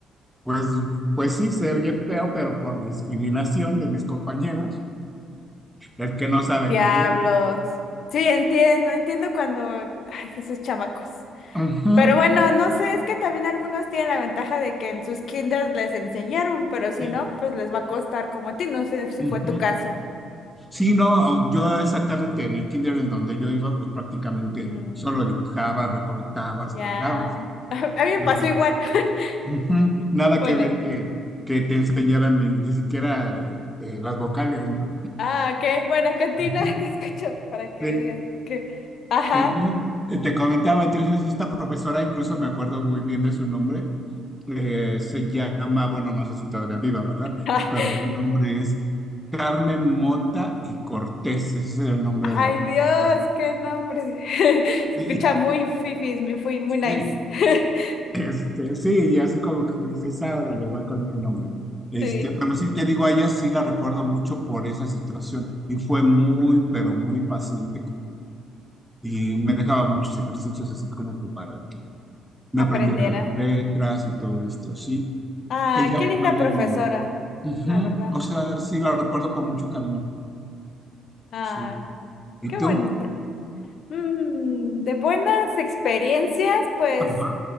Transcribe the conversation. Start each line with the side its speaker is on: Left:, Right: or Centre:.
Centre: pues, pues sí, se oye feo, pero por discriminación de mis compañeros, el que no sabe
Left: Diablos.
Centre: leer.
Left: Sí, entiendo, entiendo cuando, ay, esos chamacos.
Centre: Ujú,
Left: Pero bueno, no sé, es que también algunos tienen la ventaja de que en sus kinders les enseñaron, pero si
Centre: Sí,
Left: no, pues les va a costar como a ti, no sé si
Centre: ujú.
Left: fue tu caso.
Centre: Sí, no, yo exactamente en el kinder en donde yo iba, pues prácticamente
Left: Mm,
Centre: solo dibujabas, recortabas,
Left: Ya.
Centre: pegabas.
Left: <laughs> A mí me
Centre: Entonces,
Left: pasó igual. <laughs>
Centre: ujú, nada
Left: Bueno.
Centre: que ver que, que te enseñaran ni, ni siquiera eh, las vocales, ¿no?
Left: Ah, ok. Bueno, cantina,
Centre: Ujú.
Left: <laughs> te escucho para que
Centre: Sí.
Left: me digas que. Ajá.
Centre: Entonces, eh, te comentaba, entonces esta profesora, incluso me acuerdo muy bien de su nombre, eh, se llama, bueno, no sé si todavía viva, ¿verdad?
Left: <laughs>
Centre: Pero su nombre es Carmen Mota y Cortés, ese es el nombre
Left: Ay,
Centre: de la profesora.
Left: Dios, qué nombre. <laughs> Se
Centre: Sí,
Left: escucha muy fifis, muy, fui- muy
Centre: sí,
Left: nice. <laughs>
Centre: este, sí, y así como que dices, ahora le va con ese nombre. Este,
Left: Sí.
Centre: pero sí te digo, a ella sí la recuerdo mucho por esa situación y fue muy, pero muy paciente y me dejaba muchos ejercicios así como que para que me
Left: aprendiera.
Centre: aprendiera las letras y todo esto, sí.
Left: Ah,
Centre: Ella
Left: qué linda
Centre: fue de
Left: profesora,
Centre: mi... Ujú,
Left: la verdad.
Centre: O sea, sí, la recuerdo con mucho cariño,
Left: Ah,
Centre: sí. ¿Y
Left: qué
Centre: tú?
Left: bonito. Mm, de buenas experiencias, pues,
Centre: Ajá,